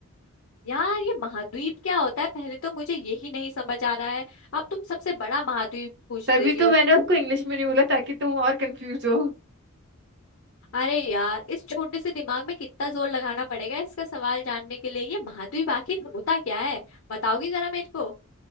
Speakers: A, on the left (about 60°); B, on the right (about 50°).
A: यार ये महाद्वीप क्या होता है पहले तो मुझे यही नहीं समझ आ रहा है अब तुम सबसे बड़ा महाद्वीप पूछ
B: तभी
A: देती
B: तो
A: हो
B: मैंने उसको इंग्लिश में नहीं बोला ताकि तुम और कंफ्यूज हो
A: अरे यार इस छोटे से दिमाग में कितना जोर लगाना पड़ेगा इसका सवाल जानने के लिए ये महाद्वीप आखिर होता क्या है बताओगी जरा मेरे को